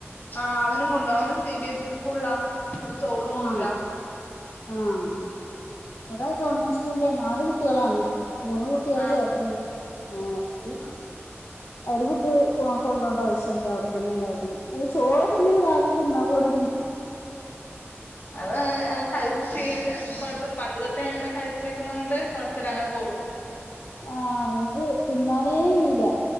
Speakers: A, on the left; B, on the left.
A: ആഹ് അവനും കൊണ്ടോവും അവന് സി ബി എസ് ഇ സ്കൂളിലാ അവിടെ ചോറൊന്നുല്ല
B: ആഹ് ആഹ് വ്ടെ ഗവൺമെന്റ് സ്കൂളിലെ നാല് കുട്ടിളാണ് മൂന്ന് കു ട്ടികള
A: ആഹ്
B: ചേർത്തി ആ ഇ
A: ആഹ്
B: അവരെ ഫുഡ് വാ കൊണ്ടോണ്ട ആവശ്യല്ല അവിടെത്തന്നെ ഉണ്ടാകും ഈ ചോറൊക്കെ എങ്ങനെ രാവിലെ തിന്നാ പോണത്
A: അത് എ കഴിച്ച് ശീല കൊഴപ്പല്ല പണ്ട് തൊട്ടേ അങ്ങനെ കഴിച്ചേക്കുന്നോണ്ട് കൊഴപ്പല്ല അങ്ങനെ പോകും
B: ആഹ് നിക്ക് തിന്നാനേ കയിലാ